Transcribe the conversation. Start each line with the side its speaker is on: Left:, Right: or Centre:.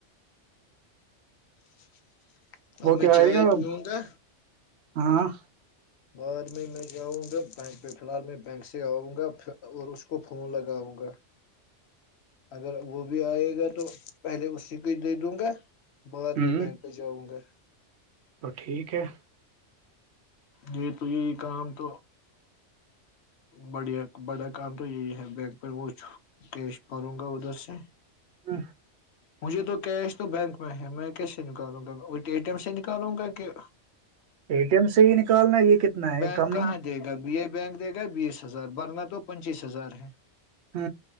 Left: <inaudible>
Right: وہ
Left: اب میں
Right: کیا آئے
Left: چائے
Right: گا اب
Left: پیوں گا
Right: ہاں
Left: بعد میں میں جاؤں گا بینک پہ فی الحال میں بینک سے آؤں گا اور اس کو فون لگاؤں گا اگر وہ بھی آئے گا تو پہلے اسی کو ہی دے دوں گا بعد
Right: ہوں
Left: میں بینک پہ جاؤں گا
Right: تو ٹھیک ہے
Left: یہ تو یہی کام تو بڑیا بڑا کام تو یہی ہے بینک پ وہ کیش پوں گا ادھر سے
Right: ہاں
Left: مجھے تو کیش تو بینک میں ہے میں کیسے نکالوں گا وہ ے ٹی ایم سے نکالوں گا کہ
Right: اے ٹی ایم سے ہی نکالنا ہے یہ کتنا ہے
Left: بینک
Right: یہ کم
Left: کہاں
Right: ہی ہے
Left: دے گا بی آئی بینک دے گا بیس ہزار بورنا تو پنچیس ہزار ہے
Right: ہ